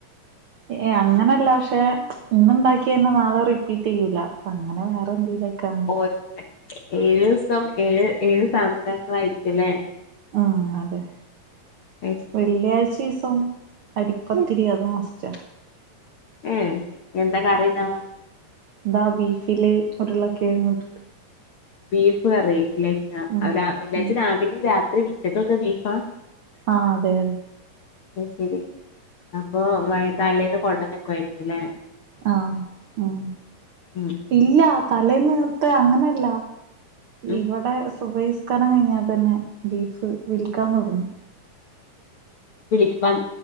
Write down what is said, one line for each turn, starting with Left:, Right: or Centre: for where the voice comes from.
Right: ഏഹ് അങ്ങനല്ല പക്ഷെ ഇന്ന് ഇണ്ടാക്കിയന്നെ നാളെ റിപ്പീറ്റെയ്യൂല പ്പ അങ്ങനെ വേറെ എന്തേലൊക്കാ
Left: <unintelligible> ഏഴുസം ഏഴ് ഏഴ് സാധനങ്ങളായിരിക്കും ല്ലേ?
Right: ആഹ് അതെ
Left: കഴിച്ചത്
Right: വെള്ളിയാഴ്ച്ചിസം അരിപ്പത്തിരി അത് മസ്റ്റാ.
Left: ഏഹ് എന്താ കറിണ്ടാവ?
Right: ന്താ ബീഫില് ഉരുളക്കെഴങ്ങുട്ട്
Left: ബീഫ് കറി വെള്ളിയാഴ്ച
Right: ഉം
Left: അല വെള്ളിയാഴ്ച
Right: ഉം
Left: രാവിലെ രാത്രി ഉച്ചക്കൊക്കെ ബീഫാ?
Right: ആഹ് അതെ അതെ
Left: അയ്ശേരി അപ്പൊ വയ് തലേന്ന് കൊണ്ടെന്നുക്കായിരിക്കുംല്ലേ
Right: ആഹ് മ്മ്
Left: ഉം
Right: ഇല്ല തലേന്നുത്തെ അങ്ങനെയല്ല
Left: ഉം.
Right: ഇവിടെ സുഭയ്സ്കാരം കഴിഞ്ഞ തന്നെ ബീഫ് വിൽക്കാൻ തുടങ്ങും.
Left: വിൽ വൻ